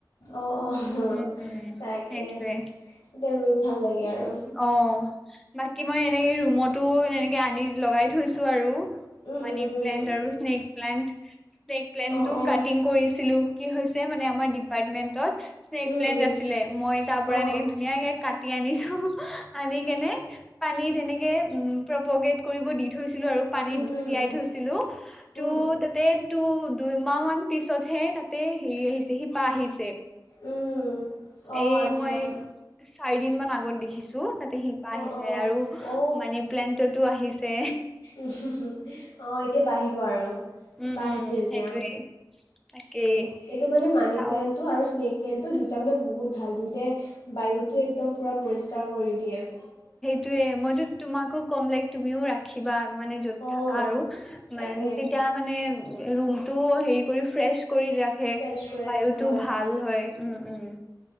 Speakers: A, on the left; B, in the centre.
A: অ', অ',
B: উম উম
A: তাকে,
B: সেইটোৱে
A: এতিয়া ৰুই ভাল লাগে আৰু।
B: অ', বাকী মই এনেকে ৰুমতো এনেকে আনি লগাই থৈছো আৰু।
A: উম
B: মানি প্লেণ্ট
A: উম উম।
B: আৰু স্নেক প্লেণ্ট, স্নেক প্লেণ্টটো
A: অ অ।
B: কাটিং কৰিছিলো। কি হৈছে মানে আমাৰ ডিপাৰ্টমেন্টত স্নেক
A: উম
B: প্লেন্ট
A: উম
B: আছিলে, মই তাৰ পৰা
A: অ। অ।
B: এনেকে ধুনীয়াকে কাটি আনিছো, আনি কেনে। পানীত এনেকে উম প্ৰপগেট কৰিব দি থৈছিলো আৰু পানীত
A: উম উম
B: তিয়াই থৈছিলো টো
A: উম।
B: তাতে তো দুইমাহ মান পিছতহে তাতে হেৰি আহিছ শিপা আহিছে,
A: উম অ
B: এই
A: আচ্ছা।
B: মই চাৰি দিন মান আগত দেখিছোঁ, তাতে শি পা আহিছে
A: অ অ
B: আৰু
A: অ।
B: মানি প্লেন্টতো আহিছে।
A: অ', এতিয়া বাঢ়িব আৰু শিপা
B: উম উম
A: আহিছে এতিয়া।
B: সেইটোৱে তাকেই
A: এইটো মানে মানি
B: চাও
A: প্লণ্ট টো আৰু স্নেক প্লেনটো দুয়োটা মানে বহুত ভাল, দুয়োটাই বায়ুটো একদম পুৰা পৰিষ্কাৰ কৰি দিয়ে।
B: টোৱে মইতো তোমাকো ক'ম, লাইক তুমিও ৰাখিবা মানে য'ত
A: অঁ
B: থাকা আৰু মানে
A: তাকে।
B: তেতিয়া তাৰ মানে ৰুম টো হেৰি কৰি ফ্ৰেচ কৰি ৰাখে
A: ফ্ৰেছ কৰি ৰাখে
B: বায়ুটো
A: হয়,
B: ভাল হয়। উম উম,